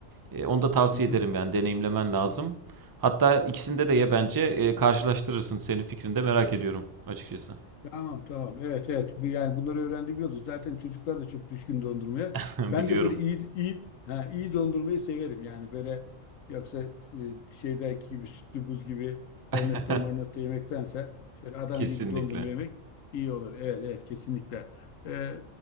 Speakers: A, on the right; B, on the left.
A: Ee, onu da tavsiye
B: Hı hı.
A: ederim yani deneyimlemen lazım. Hatta ikisinde de
B: Tamam.
A: ye bence Ee, karşılaştırırsın. Senin fikrini de merak ediyorum açıkçası.
B: Tamam tamam. Evet evet. Bu- Yani bunları öğrendiğim yolda. Zaten çocuklar da çok düşkün dondurmaya.
A: <laughs>
B: Ben
A: Biliyorum.
B: de böyle iyi iyi ha, iyi dondurmayı severim. Yani böyle yoksa e, şeydeki gibi sütlü buz gibi kornetto
A: <laughs>
B: marnetto yemektense şöyle adam
A: Kesinlikle.
B: gibi dondurma yemek iyi olur. Evet evet kesinlikle. Ee,